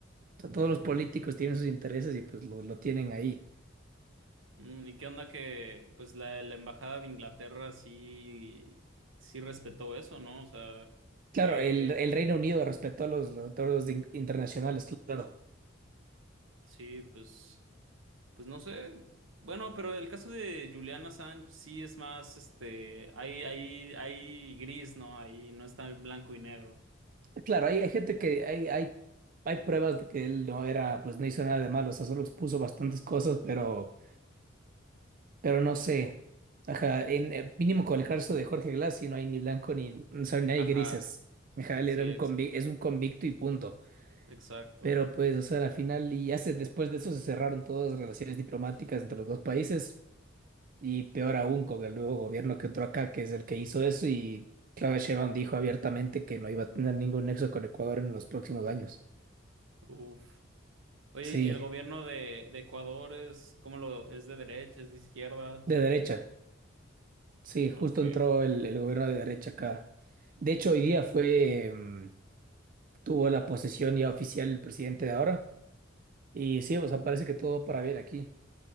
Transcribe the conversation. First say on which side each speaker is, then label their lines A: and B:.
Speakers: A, on the right; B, on the right.
A: sea, todos los políticos tienen sus intereses y pues lo, lo tienen ahí.
B: Mm, ¿y qué onda que, pues la, la embajada de Inglaterra sí, sí respetó eso, ¿no? O sea,
A: Claro,
B: que
A: el, el Reino Unido respetó los, los acuerdos in- internacionales, claro.
B: sí, pues. Pues no sé. Bueno, pero el caso de Julian Assange sí es más, este, hay, hay, hay gris, ¿no? Ahí no está el blanco y negro.
A: Claro, hay, hay gente que hay, hay, hay pruebas de que él no era, pues no hizo nada de malo, o sea, solo expuso bastantes cosas, pero. Pero no sé. Ajá, en, eh, mínimo con el caso de Jorge Glass, y no hay ni blanco ni, o sea, ni hay
B: Ajá,
A: grises. Ajá, él
B: sí,
A: era un
B: ex-
A: convi- es un convicto y punto.
B: exacto.
A: Pero pues, o sea, al final, y hace, después de eso se cerraron todas las relaciones diplomáticas entre los dos países, y peor aún con el nuevo gobierno que entró acá, que es el que hizo eso, y Claudia Sheinbaum dijo abiertamente que no iba a tener ningún nexo con Ecuador en los próximos años.
B: Uf. Oye,
A: Sí,
B: ¿y el gobierno de, de Ecuador es, cómo lo, es de derecha, es de izquierda?
A: de derecha. Sí, justo
B: Ok,
A: entró el, el gobierno de derecha acá. De hecho, hoy día fue. em, tuvo la posesión ya oficial el presidente de ahora. Y sí, o sea, parece que todo va para bien aquí.